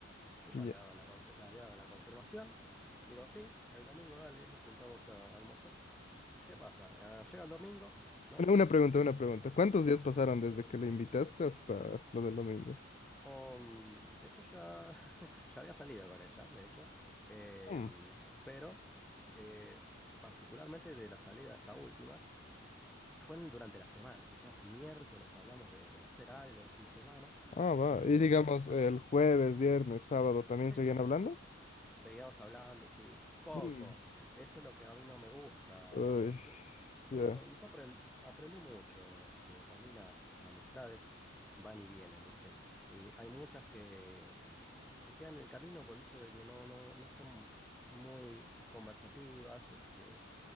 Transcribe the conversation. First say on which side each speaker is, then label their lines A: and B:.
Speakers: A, in the centre; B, on the left.
A: Yo ya
B: ya.
A: había dado la, confe- le había dado la confirmación. Digo, sí, el domingo, dale, nos juntamos a almorzar. ¿Qué pasa? Ah, llega el domingo, ¿no?
B: Una, una pregunta, una pregunta. ¿Cuántos
A: Sí.
B: días pasaron desde que le invitaste hasta lo del domingo?
A: Um, de hecho, ya, <laughs> ya había salido con ella, de hecho. Em,
B: Mm,
A: pero, eh, particularmente de la salida de esta última, fue en- durante la semana. Quizás miércoles hablamos de, de hacer algo el fin de semana.
B: Ah, va.
A: Y,
B: Y digamos,
A: ah,
B: el jueves, viernes, sábado, ¿también
A: sí,
B: seguían hablando?
A: Seguíamos hablando, sí. Poco.
B: Mm,
A: Eso es lo que a mí no me gusta
B: uy,
A: a veces, ¿viste?
B: ya.
A: Yo, yo aprend- aprendí mucho. Este, para mí las amistades van y vienen, ¿viste? Y hay muchas que, mm, que quedan en el camino por el hecho de que no, no, no son muy conversativas, este,